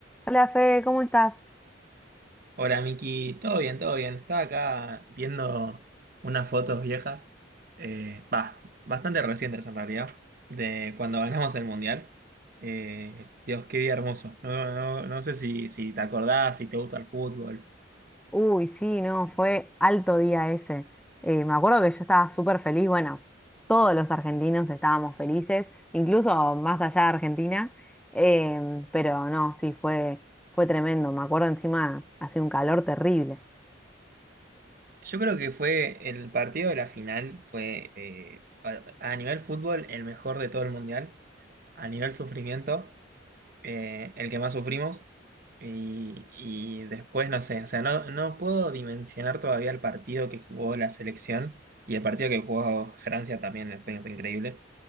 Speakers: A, in the centre; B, on the right.
A: Hola Fe, ¿cómo estás?
B: Hola Miki, todo bien, todo bien. Estaba acá viendo unas fotos viejas, eh, bah, bastante recientes en realidad, de cuando ganamos el Mundial. Eh, Dios, qué día hermoso. No, no, no sé si, si te acordás, si te gusta el fútbol.
A: Uy, sí, no, fue alto día ese. Eh, me acuerdo que yo estaba súper feliz, bueno, todos los argentinos estábamos felices, incluso más allá de Argentina, em, pero no, sí, fue, fue tremendo. Me acuerdo encima, hacía un calor terrible.
B: Yo creo que fue el partido de la final, fue eh, a, a nivel fútbol el mejor de todo el Mundial, a nivel sufrimiento. eh, el que más sufrimos. Y, y después, no sé, o sea, no, no puedo dimensionar todavía el partido que jugó la selección y el partido que jugó Francia también fue, fue increíble.